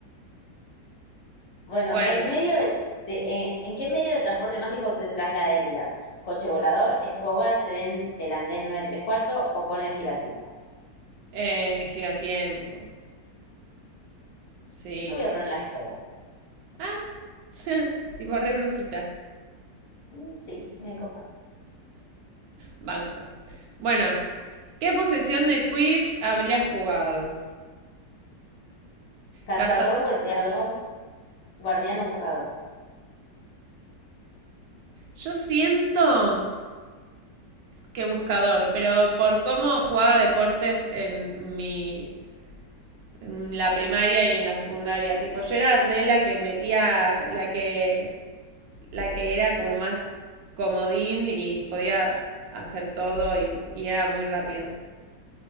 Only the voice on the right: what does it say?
Bueno,
eh, giratiempo. Sí.
Ah, <laughs> tipo re brujita.
Banco. Bueno, ¿qué posesión de Quidditch habría jugado?
Cazador.
Yo siento que buscador, pero por cómo jugaba deportes en mi. en la primaria y en la secundaria. Tipo, yo era re la que metía. la que la que era como más comodín y podía hacer todo y, y era muy rápida.